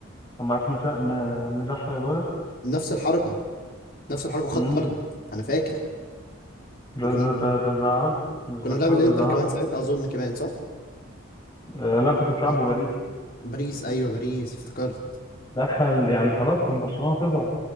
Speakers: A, on the left (about 20°); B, on the left (about 45°).
A: لما راح مسا... م- مزحلق الولد
B: نفس الحركة نفس الحركة خط
A: امم
B: طرد انا فاكر
A: ده
B: وكنا
A: ده ده ده زعل مش
B: كنا
A: زحلق
B: بنلعب الانتر
A: ده زعل
B: كمان ساعتها اظن كمان صح؟
A: آه لا كنت بتلعبوا
B: آه،
A: باريس
B: باريس ايوه باريس افتكرت
A: دخل يعني خلاص كان برشلونة تزعل